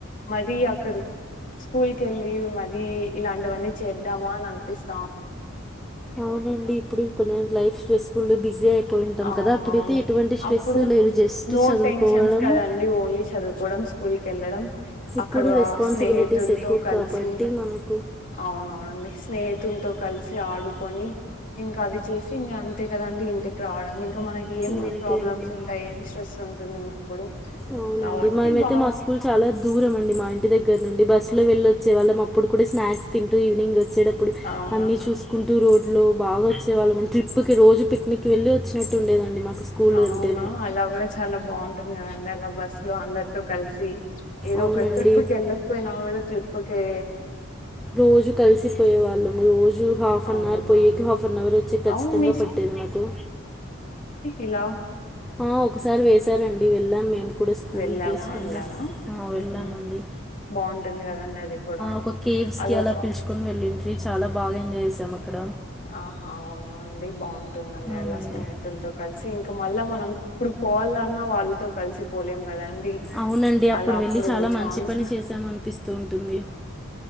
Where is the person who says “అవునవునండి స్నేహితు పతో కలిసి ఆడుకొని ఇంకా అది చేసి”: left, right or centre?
Left